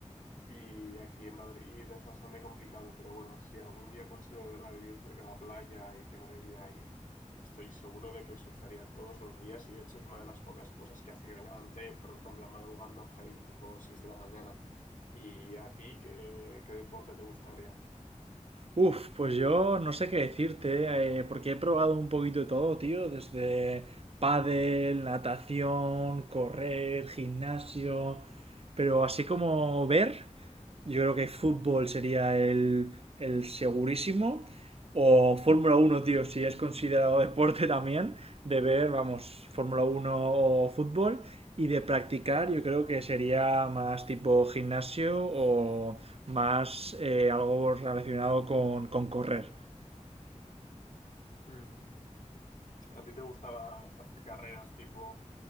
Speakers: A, on the left (about 85°); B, on the right (about 50°).
A: Y aquí en Madrid es bastante complicado, pero bueno, si algún día consigo de verdad vivir cerca de la playa y tener mi vida ahí, estoy seguro de que surfearía todos los días y de hecho es una de las pocas cosas que hace que me levante pronto en plan madrugando heavy, tipo 6 de la mañana. ¿Y a ti qué, qué deporte te gustaría?
B: Uf, pues yo no sé qué decirte, eh, porque he probado un poquito de todo, tío, desde pádel, natación, correr, gimnasio, pero así como ver, yo creo que fútbol sería el, el segurísimo O Fórmula uno tío, si es considerado deporte también, de ver, vamos, Fórmula uno o fútbol y de practicar yo creo que sería más tipo gimnasio o más eh, algo relacionado con, con correr.
A: Mm. A ti te gustaba hacer carreras tipo